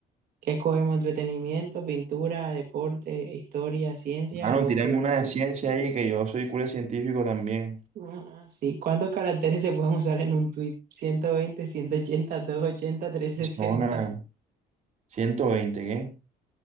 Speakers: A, on the right (about 60°); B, on the right (about 45°).
A: ¿Qué escogemos? ¿Entretenimiento, pintura, deporte, historia, ciencia
B: Mano,
A: o
B: tirame
A: geografía?
B: una de ciencia ahí, que yo soy cura científico también.
A: Ah, sí. ¿Cuántos caracteres se pueden usar en un tweet? 120, 180, 280, 360.
B: Zona ciento veinte ¿qué?